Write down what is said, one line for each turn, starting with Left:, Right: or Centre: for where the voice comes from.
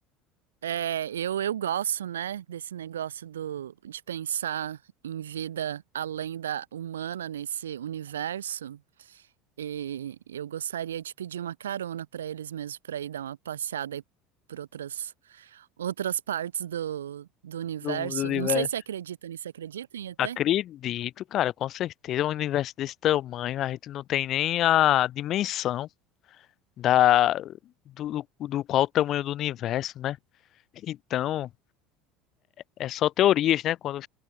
Right: É, eu, eu gosto, né, desse negócio do, de pensar em vida além da humana nesse universo. E eu gostaria de pedir uma carona para eles mesmo, para ir dar uma passeada aí por outras, outras partes do, do universo.
Left: do mundo do universo.
Right: Não sei se acredita nisso, acredita em ET?
Left: Acredito, cara, com certeza, um universo desse tamanho, a gente não tem nem a dimensão da do, do, do qual o tamanho do universo, né? Então, é só teorias, né? Quando